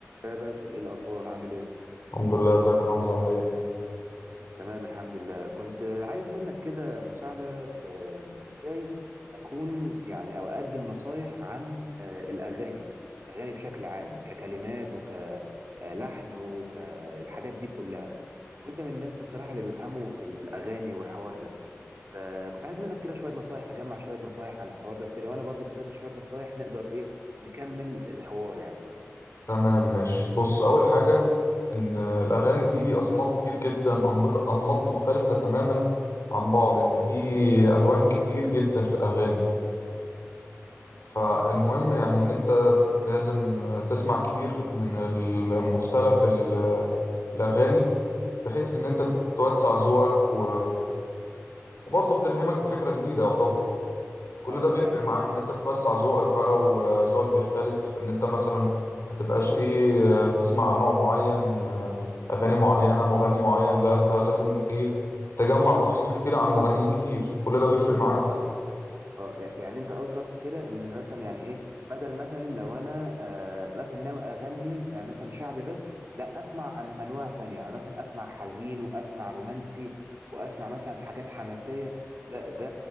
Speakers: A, on the right; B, on the left.
A: يا باسل ايه الاخبار عامل ايه
B: الحمد لله ازيك يا حمزة عامل ايه؟
A: تمام الحمد لله كنت عايز منك كده مساعده في ازاي اكون يعني او اقدم نصايح عن آه، الاغاني الاغاني بشكل عام ككلمات وكلحن وكالحاجات دي كلها وانت من الناس الصراحه اللي بيفهموا في الاغاني والحوار ده فكنت عايز منك كده شويه نصايح اجمع شويه نصايح عن الحوار ده وكده وانا برضو كتبت شويه نصايح نقدر ايه نكمل الحوار يعني
B: تمام ماشي بص أول حاجة إن الأغاني دي أصناف كتير جدا أنماط أنماط مختلفة تماما عن بعض يعني في ألوان كتير جدا في الأغاني فالمهم يعني إن أنت لازم تسمع كتير من المختلف ال- الأغاني بحيث إن أنت توسع ذوقك و... وبرضه بتلهمك بفكرة جديدة يعتبر كل
A: اه
B: ده بيفرق
A: يعني
B: معاك ان انت بتوسع ذوقك بقى وذوقك بيختلف ان انت مثلا ما تبقاش ايه بتسمع نوع معين آه، اغاني
A: اه
B: معينة مغني معين لا انت لازم ايه تجمع تفاصيل كتير عن مغنيين كتير كل ده بيفرق معاك
A: اه اه يع- يعني انت قصدك في كده ان مثلا يعني ايه بدل مثلا لو انا آه مثلا ناوي اغني آه مثلا شعبي بس لا اسمع أن انواع تانية يعني مثلا اسمع حزين واسمع رومانسي واسمع مثلا حاجات حماسية ده ده